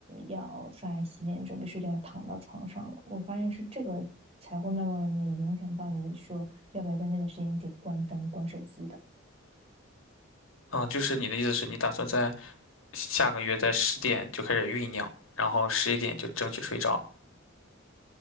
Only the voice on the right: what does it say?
要刷牙洗脸，准备睡觉，要躺到床上了。我发现是这个才会慢慢慢的影响到你说要不要在那个时间点关灯、关手机的。